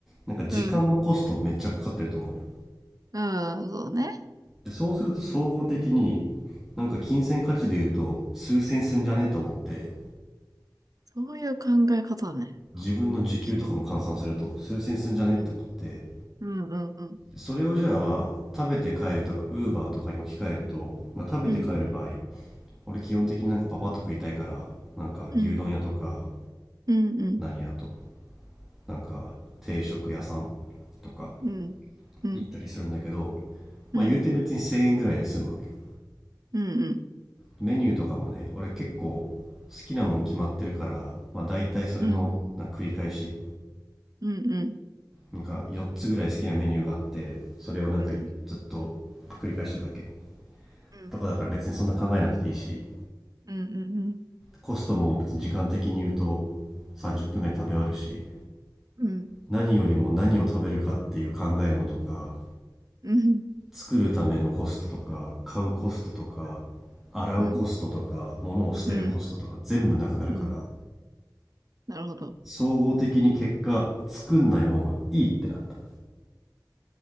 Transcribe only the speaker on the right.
うんああそうね
そういう考え方ねあ嬉しい
うんうんうん
うん
うんうんうん
うんうん
うん
うんうん
うんうんうんうん
うん
うんうん
うんうん
うん
うんうんうんなるほど